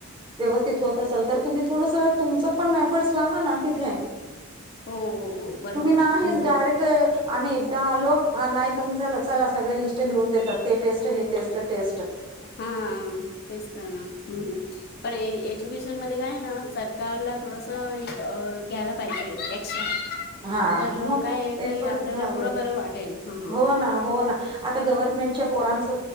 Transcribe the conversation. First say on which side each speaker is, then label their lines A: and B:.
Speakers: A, on the right; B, on the left.
A: व्यवस्थित होत असल तर तुम्ही थोडसा तुमचं पण इफोर्ट्स लावा ना तिथे.
B: हो हो हो बरोबर
A: तुम्ही ना
B: हम्म
A: हेच डायरेक् ठ आम्ही एकदा आलो हा नाही कमी झाला चला सगळे लिस्ट चे लिहून देतात ते टेस्ट हे टेस्ट टेस्ट
B: हा तेच तर ना हम्म हम्म पण ए एज्युकेशन म खरं हाय ना सरकारला थोडसं हे अ घ्यायला पाहिजे एक्शन.
A: हा
B: तर
A: मग
B: काय
A: एफर्ट्स
B: कि आपल्याला
A: घ्यावेत
B: थोडं बरं वाटेल हां हां.
A: हो ना हो ना आता गव्हर्नमेंटच्या पोरांच